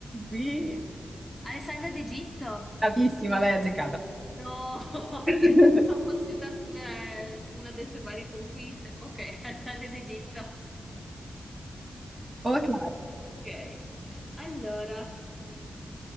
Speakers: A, on the right (about 25°); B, in the centre.
A: Sì,
B: Alessandria d'Egitto?
A: bravissima, l'hai azzeccata.
B: No! <laughs>
A: <laughs>
B: Io pensavo fosse soltanto dove era una delle sue varie conquiste. Ok, <laughs> Alessandria d'Egitto.
A: Ok,
B: Ok. Allora,